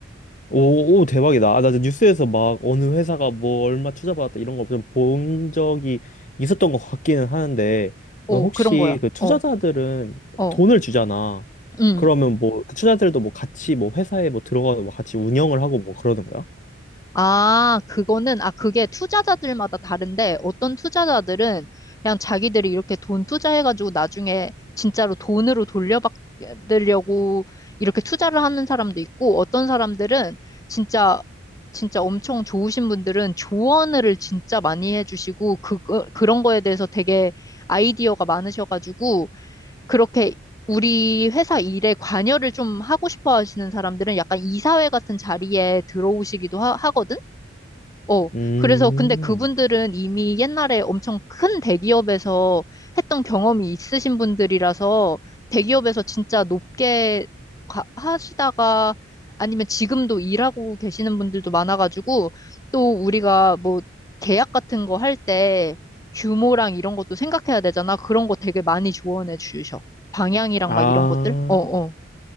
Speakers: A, on the left (about 40°); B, on the left (about 15°).
A: 오, 오, 대박이다. 아, 나 뉴스에서 막 어느 회사가 뭐 얼마 투자받았다 이런 거 좀 본 적이 있었던 것 같기는 하는데,
B: 어,
A: 너 혹시
B: 그런 거야.
A: 그 투자자들은
B: 어, 어,
A: 돈을 주잖아.
B: 음.
A: 그러면 뭐 그 투자자들도 뭐 같이 뭐 회사에 뭐 들어가서 뭐 같이 운영을 하고 뭐 그러는 거야?
B: 아, 그거는, 아, 그게 투자자들마다 다른데, 어떤 투자자들은 그냥 자기들이 이렇게 돈 투자해가지고 나중에 진짜로 돈으로 돌려받으려고 이렇게 투자를 하는 사람도 있고, 어떤 사람들은 진짜, 진짜 엄청 좋으신 분들은 조언을 진짜 많이 해주시고, 그, 그- 그런 거에 대해서 되게 아이디어가 많으셔가지고, 그렇게 우리 회사 일에 관여를 좀 하고 싶어 하시는 사람들은 약간 이사회 같은 자리에 들어오시기도 하, 거든 어,
A: 음,
B: 그래서 근데 그분들은 이미 옛날에 엄청 큰 대기업에서 했던 경험이 있으신 분들이라서 대기업에서 진짜 높게 가- 하시다가 아니면 지금도 일하고 계시는 분들도 많아가지고 또 우리가 뭐 계약 같은 거 할 때 규모랑 이런 것도 생각해야 되잖아. 그런 거 되게 많이 조언해 주셔. 방향이랑
A: 아,
B: 막 이런 것들? 어, 어,